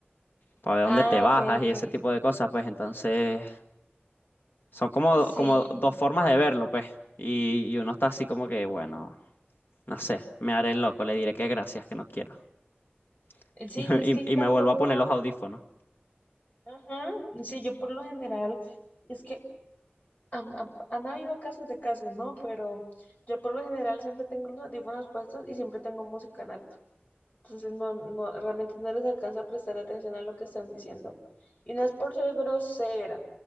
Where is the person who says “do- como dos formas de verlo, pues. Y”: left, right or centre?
Left